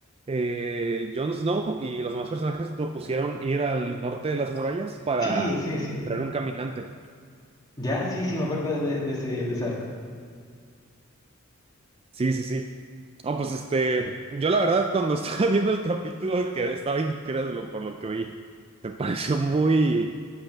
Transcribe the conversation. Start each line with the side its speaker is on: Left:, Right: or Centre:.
Right: eh, Jon Snow y los demás personajes propusieron ir al norte de las murallas para
Left: Sí, sí, sí.
Right: traer un caminante.
Left: Ya, sí, sí, me acuerdo de, de ese, de ese arco.
Right: Sí, sí, sí. No, pues este, yo la verdad cuando <laughs> estaba viendo el capítulo que estaba incrédulo por lo que vi. Me pareció muy,